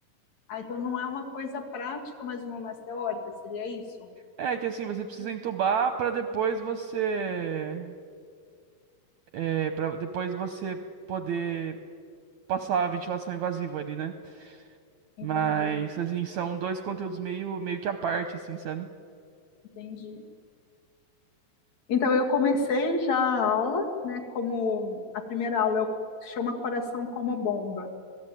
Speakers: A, on the left; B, on the right.
A: Ah, então não é uma coisa prática, mas uma mais teórica, seria isso?
B: É que assim, você precisa entubar pra depois você é, para depois você poder passar a ventilação invasiva ali, né?
A: Entendi,
B: Mas assim, são dois conteúdos meio meio que à parte assim, sabe?
A: entendi. Então eu comecei já a aula, né? Como a primeira aula eu chama Coração como Bomba.